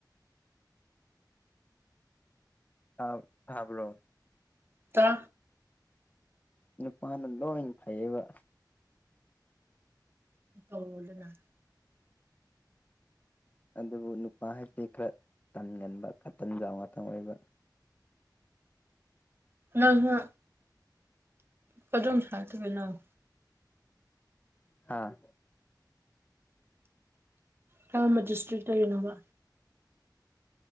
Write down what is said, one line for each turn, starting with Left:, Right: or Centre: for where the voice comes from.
Left: ꯍꯥ ꯇꯥꯕ꯭ꯔꯣ
Right: ꯇ
Left: ꯅꯨꯄꯥꯅ ꯂꯣꯏꯅ ꯐꯩꯌꯦꯕ
Right: ꯑꯗꯅ
Left: ꯑꯗꯨꯕꯨ ꯅꯨꯄꯥ ꯍꯥꯏꯁꯤꯗꯤ ꯈꯔ ꯇꯟꯒꯟꯕ ꯈ ꯇꯟꯖꯎ ꯉꯥꯛꯇ ꯑꯣꯏꯕ
Right: ꯅꯪꯅ ꯀꯗꯣꯝ ꯁꯥꯇꯒ ꯅꯪ
Left: ꯍꯥꯥ
Right: ꯀꯉꯝꯕ ꯗꯤꯁꯇ꯭ꯔꯤꯛꯇ ꯒꯤꯅꯣꯕ